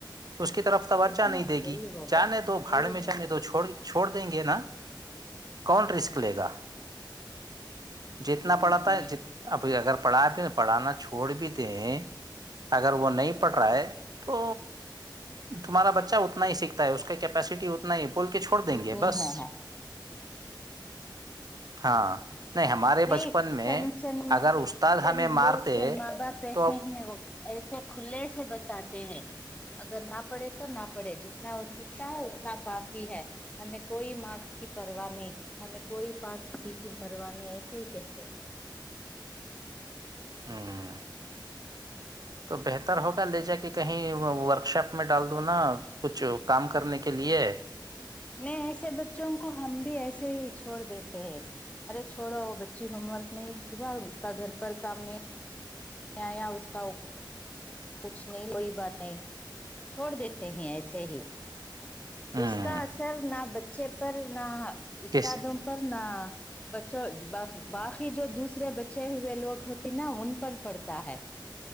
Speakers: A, on the right; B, on the left.
A: اس کی طرف توجہ
B: اتنا
A: نہیں
B: ہے
A: دے
B: وہی
A: گی
B: ہوگا
A: جانے دو
B: وہی
A: بھاڑ میں
B: ہوگا
A: جانے دو چھوڑ چھوڑ دیں گے نا کون رسک لے گا جتنا
B: اتنی
A: پڑھاتا ہے ج ابھی اگر پڑھا بھی پڑھانا چھوڑ بھی دیں اگر وہ نہیں پڑھ رہا ہے تو تمہارا بچہ اتنا ہی سکھتا ہے اس کی کپیسٹی نہیں پول کے چھوڑ دیں گے
B: ہے
A: بس
B: ہے
A: ہاں نہیں ہمارے
B: نہیں
A: بچپن میں
B: چند چند
A: اگر استاد
B: چند
A: ہمیں مارتے
B: لوگ چند ماں باپ ایسے
A: تو
B: وہ ایسے کھلے سے بتاتے ہیں اگر نہ پڑھے تو نہ پڑھے جتنا وہ سیکھتا ہے اتنا کافی ہے ہمیں کوئی مارکس کی پرواہ نہیں ہمیں کوئی پاس فیل کی پرواہ نہیں ایس تی کہتے ہیں
A: ہوں تو بہتر ہوگا لے جا کے کہیں ورک شاپ میں ڈال دو نا کچھ کام کرنے کے لیے
B: نہیں ایسے بچوں کو ہم بھی ایسے ہی چھوڑ دیتے ہیں ارے چھوڑو بچی ہوم ورک نہیں ہوا اس کا گھر پر کام نہیں نیں اوس کااؤ کچھ نہیں کوئی بات نہیں چھوڑ دیتے ہیں ایسے ہی
A: ہوں
B: اس کا اثر نہ بچے پر نہ استادوں
A: کس
B: پر نہ بچوں باقی جو دوسرے بچے ہوئے لوگ ہوتے نا ان پر پڑھتا ہے